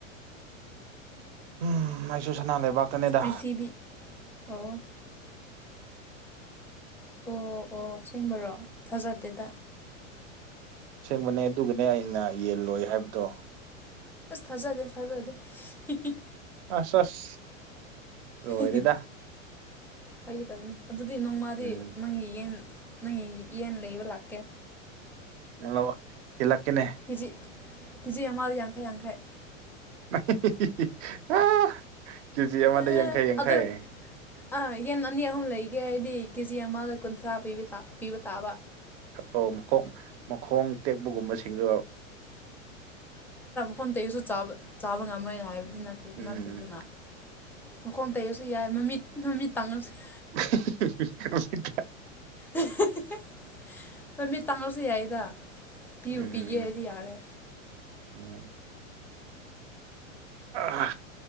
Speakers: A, on the right (about 60°); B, in the centre.
A: ꯎꯝ ꯑꯩꯁꯨ ꯁꯅꯥ ꯂꯩꯕꯥꯛꯇꯅꯦꯗ
B: ꯄ꯭ꯔꯤꯊꯤꯕꯤ ꯑꯣ ꯑꯣ ꯑꯣ ꯁꯦꯡꯕꯔꯣ ꯊꯥꯖꯗꯦꯗ
A: ꯁꯦꯡꯕꯅꯦ ꯑꯗꯨꯒꯅꯦ ꯑꯩꯅ ꯌꯦꯜꯂꯣꯏ ꯍꯥꯏꯕꯗꯣ
B: ꯑꯁ ꯊꯥꯖꯗꯦ ꯊꯥꯖꯗꯦ ꯍꯤ ꯍꯤ
A: ꯑꯁ ꯑꯁ ꯂꯣꯏꯔꯦꯗ
B: ꯍꯤ ꯍꯤ ꯐꯥꯒꯤꯇꯧꯕꯅꯤ ꯑꯗꯨꯗꯤ ꯅꯣꯡꯃꯗꯤ
A: ꯎꯝ
B: ꯅꯪꯒꯤ ꯌꯦꯟ ꯅꯪꯒꯤ ꯌꯦꯟ ꯂꯩꯕ ꯂꯥꯛꯀꯦ
A: ꯂꯨꯋꯣ ꯊꯤꯜꯂꯛꯀꯦꯅꯦ
B: ꯀꯤꯖꯤ ꯀꯤꯖꯤ ꯑꯃꯗ ꯌꯥꯡꯈꯩ ꯌꯥꯡꯈꯩ
A: <unintelligible> ꯑꯥ ꯀꯦꯖꯤ ꯑꯃꯗ
B: ꯑꯦ
A: ꯌꯥꯡꯈꯩ ꯌꯥꯡꯈꯩ
B: ꯑꯗꯨ ꯑꯥ ꯌꯦꯟ ꯑꯅꯤ ꯑꯍꯨꯝ ꯂꯩꯒꯦ ꯍꯥꯏꯗꯤ ꯀꯦꯖꯤ ꯑꯃꯗ ꯀꯨꯟꯊ꯭ꯔꯥ ꯄꯤꯕꯤ ꯄꯤꯕ ꯇꯥꯕ
A: ꯑꯣ ꯃꯈꯣꯡ ꯃꯈꯣꯡ ꯇꯦꯛꯄꯒꯨꯝꯕꯁꯤꯡꯗꯨ
B: ꯐꯣꯟ ꯇꯦꯛꯑꯁꯨ ꯆꯥꯕ ꯆꯥꯕ ꯉꯝꯃꯣꯏꯅ ꯍꯥꯏꯕꯗꯤ ꯅꯠꯇꯦ
A: ꯎꯝ
B: ꯅꯠꯇꯦꯗꯅ ꯃꯈꯣꯡ ꯇꯦꯛꯑꯁꯨ ꯌꯥꯏ ꯃꯃꯤꯠ ꯃꯃꯤꯠ ꯇꯥꯡꯉꯁꯨ ꯌꯥꯏ
A: <unintelligible>
B: ꯑꯦ ꯍꯦꯍꯦꯍꯦ ꯃꯥꯃꯤꯠ ꯇꯥꯡꯉꯁꯨ ꯌꯥꯏꯌꯦꯗ ꯄꯤꯕꯨ
A: ꯎꯝ
B: ꯄꯤꯒꯦ ꯍꯥꯏꯗꯤ ꯌꯥꯔꯦ
A: ꯎꯝ ꯑꯥ